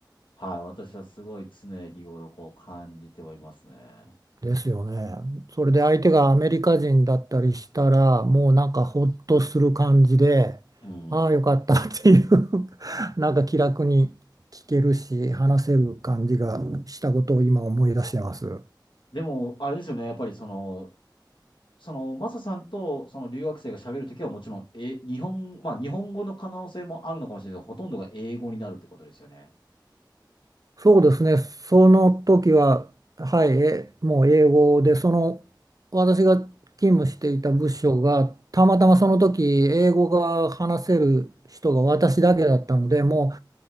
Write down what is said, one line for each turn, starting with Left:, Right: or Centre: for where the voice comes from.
Left: はい、私はすごい常日頃こう感じてはいますね。
Right: ですよね。それで相手がアメリカ人だったりしたら、もうなんかほっとする感じで、
Left: うん。
Right: ああ、よかったっていう <laughs> なんか気楽に聞けるし、話せる感じがしたことを今思い出してます。
Left: でも、あれですよね、やっぱりその、その、マサさんとその留学生が喋るときはもちろん、え、日本、まあ日本語の可能性もあるのかもしれないけど、ほとんどが英語になるってことですよね。
Right: そうですね、その時は、はい、え、もう英語で、その私が勤務していた部署が、たまたまその時、英語が話せる人が私だけだったので、も